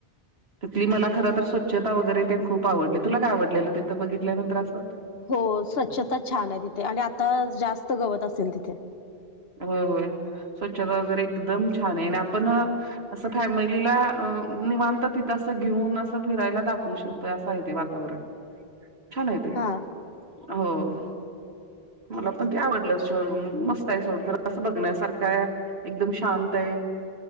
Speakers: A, on the right; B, on the left.
A: तिथली मला खरंतर स्वच्छता वगैरे तेन खूप आवडली. तुला काय आवडलेलं तिथं बघितल्यानंतर असं?
B: हो स्वच्छता छान आहे तिथे आणि आता जास्त गवत असेल तिथे.
A: होय होय स्वच्छता वगैरे एकदम छान आहे आणि आपण असं फॅमिलीला अ निवांत तिथं असं घेऊन असं फिरायला दाखवू शकतोय असं आहे ते वातावरण. <inaudible> छान आहे ते.
B: हा
A: हो मला पण ते आवडल शहर म्हणून मस् स्त आहे सोड खरं असं बघण्यासारखं हाय, ‌एकदम शांत हाय.